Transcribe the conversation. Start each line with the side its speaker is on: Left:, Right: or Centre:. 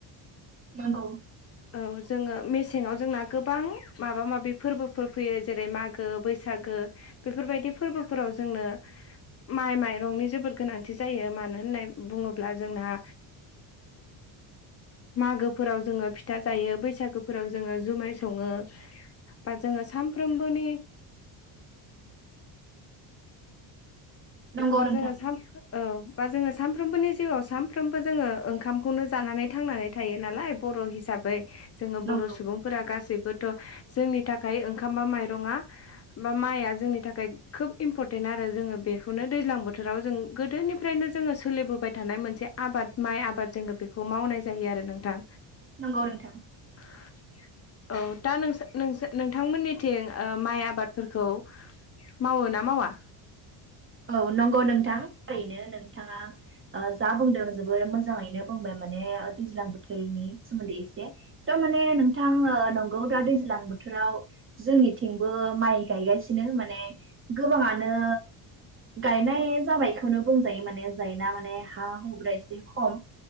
Right: नांगौ
Left: औ जोङो मेसेङाव जोंना गोबां माबा माबि फोरबोफोर फैयो जेरै मागो बागो बैसागो बेफोरबायदि फोरबोफोराव जोंनो माइ माइरंनि जोबोर गोनांथि जायो मानो होननानै बुङोब्ला जोंहा मागोफोराव जोङो फिथा फिथा जायो बैसागोफोराव जोङो जुमाय सङो बा जोङो सानफ्रोमबोनि
Right: नंगौ
Left: बा
Right: नोंथां
Left: जोङो साफ्रोमबो औ बा जोङो सानफ्रोमबोनि जिउआव सानफ्रोमबो जोङो ओंखामखौनो जानानै थांनानै थायो नालाय। बर' हिसाबै जोङो बर'
Right: नंगौ
Left: सुबुं फोर गासैबोथ' जोंनि थाखाय ओंखामबा माइरङा बा माइआ जोंनि थाखाय खोब इम्परटेन्ट आरो जोङो बे बेखौनो दैज्लां बोथोराव जों गोदोनिफ्रायनो जोङो सोलिबोबाय थानाय मोनसे आबाद माइ आबाद जोङो बेखौ खौ मावनाय जायो आरो नोंथां
Right: नंगौ नोंथां
Left: <inaudible> औ दा नों नोंथांमोननिथिं माइ आबादफोरखौ मावो ना मावा
Right: औ नंगौ नोंथां थारैनो नोंथाङा जा बुंदों जोबोर मोजाङैनो बुंबाय माने दैज्लां बोथोरनि सोमोन्दै एसे दा माने नोंथां नंगौ दा दैज्लां बोथोराव जोंनिथिंबो माइ गायगासिनो माने गोबाङानो गायनाय जाबायखौनो बुंजायो माने जायना माने हा हुग्रा एसे खम